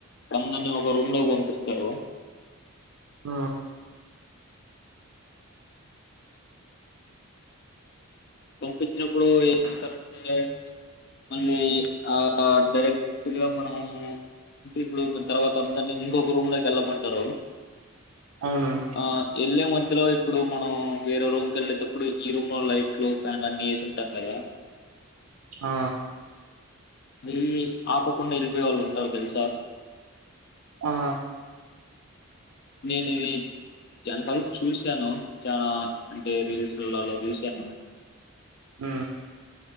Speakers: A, on the left (about 50°); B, on the right (about 75°).
A: అందరినీ ఒక రూమ్ లోకి పంపిస్తారు
B: ఆ
A: పంపించినప్పుడు ఏమిస్తారంటే మళ్ళీ ఆ డైరెక్ట్గా మనము అంటే ఇప్పుడు తర్వాత అందరినీ ఇంకొక రూమ్ లోకి వెళ్ళమంటారు
B: అవును
A: ఆ ఎల్లే ఇందులో ఇప్పుడు మనం వేరే రూమ్ కి వెళ్ళేటప్పుడు ఈ రూమ్ లో లైట్ క పన్ని సట్టా కదా
B: ఆ
A: మరి ఆపకుండా వెళ్ళిపోయే వాళ్ళు ఉంటారు తెలుసా
B: ఆ
A: నేను ఇది చాలా సార్ చూశాను చాలా అంటే రీల్స్లో అలా చూసాను
B: ఆ